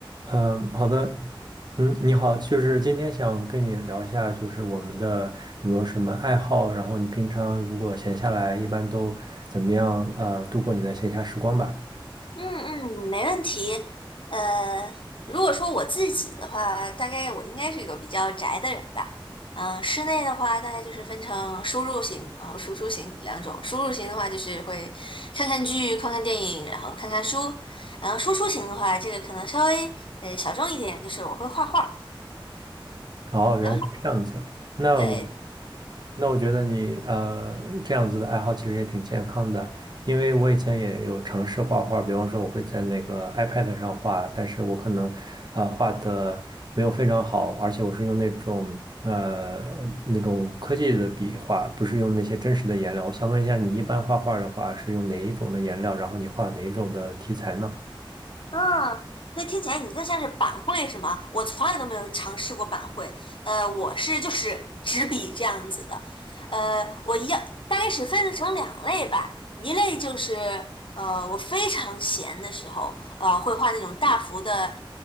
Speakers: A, on the right (about 50°); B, on the left (about 70°).
A: 嗯，好的，嗯，你好，就是今天想跟你聊一下，就是我们的有没有什么爱好，然后你平常如果闲下来，一般都怎么样，呃，度过你的闲暇时光吧？
B: 嗯嗯，没问题。呃，如果说我自己的话，大概我应该是一个比较宅的人吧。嗯、室内的话，大概就是分成输入型然后输出型两种。输入型的话，就是会看看剧、看看电影，然后看看书。然后输出型的话，这个可能稍微呃小众一点，就是我会画画。
A: 哦，原来是这样子。
B: 然后。
A: 那我
B: 对。
A: 那我觉得你呃这样子的爱好其实也挺健康的，因为我以前也有尝试画画，比方说我会在那个 iPad 上画，但是我可能啊、呃画的没有非常好，而且我是用那种呃那种科技的笔画，不是用那些真实的颜料。我想问一下，你一般画画的话是用哪一种的颜料，然后你画哪一种的题材呢？
B: 嗯，所以听起来你更像是板绘是吗？我从来都没有尝试过板绘，呃，我是就是纸笔这样子的，呃，我一样大概是分成两类吧，一类就是呃我非常闲的时候，呃会画那种大幅的